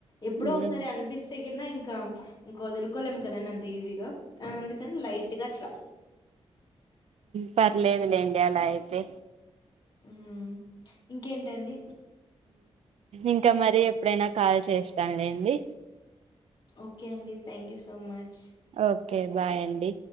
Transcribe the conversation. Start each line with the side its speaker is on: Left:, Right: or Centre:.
Left: ఎప్పుడో
Right: ఉమ్
Left: ఒకసారి అనిపిస్సే గిన ఇం కాం ప్చ్ ఇంక వదులుకోలేం కదండి అంత ఈజీగా అని అందుకని లైట్ గా అట్లా
Right: పర్లేదులే లెండి అలా అయితే
Left: హ్మ్ ఇంకేంటండి,
Right: ఇంకా మరి ఎప్పుడైనా కాల్ చేస్తానులేండి
Left: ఓకే అండి thank you so much
Right: okay bye అండి